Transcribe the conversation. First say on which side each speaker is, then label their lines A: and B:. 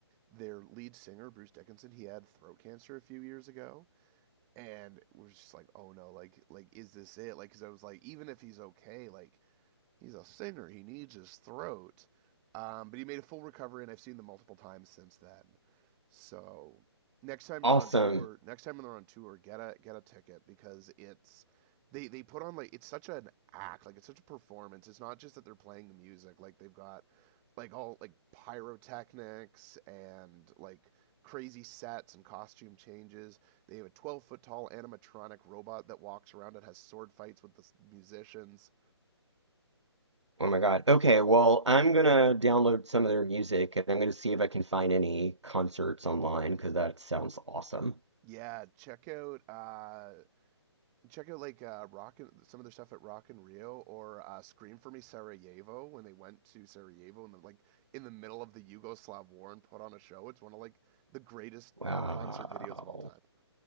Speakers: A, on the right (about 15°); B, on the right (about 85°).
A: their lead singer Bruce Dickinson he had throat cancer a few years ago and was just like oh no like like is this it like cuz I was like even if he's okay like He's a singer. He needs his throat. Um, but he made a full recovery, and I've seen them multiple times since then. So next time
B: Awesome.
A: they're on tour, next time they're on tour, get a get a ticket because it's they they put on like it's such an act, like it's such a performance. It's not just that they're playing the music, like they've got like all like pyrotechnics and like crazy sets and costume changes. They have a 12 foot tall animatronic robot that walks around and has sword fights with the musicians.
B: Oh my God. Okay, well I'm gonna download some of their music and I'm gonna see if I can find any concerts online because that sounds awesome.
A: Yeah, check out uh, check out like uh, rock and some of their stuff at Rock and Rio or uh, Scream for Me Sarajevo when they went to Sarajevo and then like in the middle of the Yugoslav war and put on a show. It's one of like the greatest
B: Wow.
A: concert videos of all time.